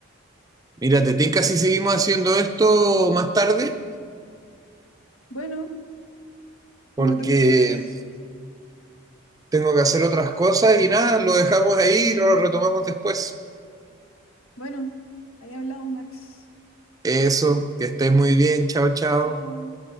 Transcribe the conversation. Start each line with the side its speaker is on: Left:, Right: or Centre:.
Right: Mira, te tinca si seguimos haciendo esto más tarde,
Left: Bueno,
Right: porque
Left: como tú prefieras.
Right: tengo que hacer otras cosas y nada, lo dejamos ahí y lo retomamos después.
Left: Bueno, ahí hablamos, Max.
Right: Eso, que estés muy bien. Chao, chao.
Left: Chao.